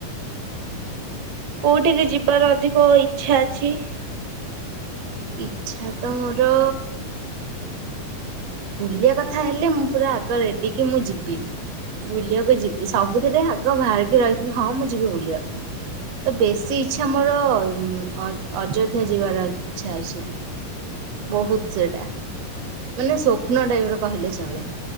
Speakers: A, on the right; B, on the right.
A: କୋଉଠିକି ଯିବାର ଅଧିକ ଇଚ୍ଛା ଅଛି?
B: ଇଚ୍ଛା ତ ମୋର ବୁଲିବା କଥା ହେଲେ ମୁଁ ପୁରା ଆଗ ରେଡିିକି ମୁଁ ଯିବି ବୁଲିବାକୁ ଯିବି ସବୁଥିରେ ଆଗ ବାହାରିକି ରହିଥିବି ହଁ ମୁଁ ଯିବି ବୁଲିବା ପାଇଁ ତ ବେଶୀ ଇଚ୍ଛା ମୋର ଅଯୋ ଅଯୋଧ୍ୟା ଯିବାର ଇଚ୍ଛା ଅଛି ବହୁତ ସେଟା ମାନେ ସ୍ୱପ୍ନ ଟାଇପ୍ ର କହିଲେ ଚଳେ